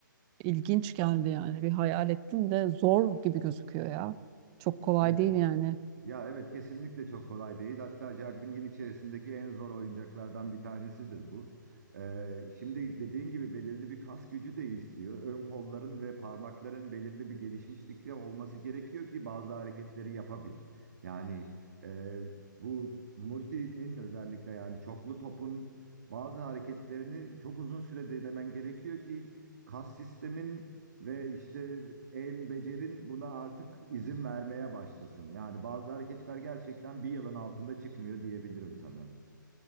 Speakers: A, on the right; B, on the right.
A: ilginç geldi yani. Bir hayal ettim de zor gibi gözüküyor ya. Çok kolay
B: E,
A: değil yani.
B: ya evet kesinlikle çok kolay değil. Hatta juggling'in içerisindeki en zor oyuncaklardan bir tanesidir bu. E, şimdi dediğin gibi belirli bir kas gücü de istiyor. Ön kolların ve parmakların belirli bir gelişmişlikte olması gerekiyor ki bazı hareketleri yapabil. Yani e, bu multinin özellikle yani çoklu topun bazı hareketlerini çok uzun süre denemen gerekiyor ki kas sistemin Ve işte el becerin buna artık izin vermeye başlasın. Yani bazı hareketler gerçekten bir yılın altında çıkmıyor diyebilirim sana.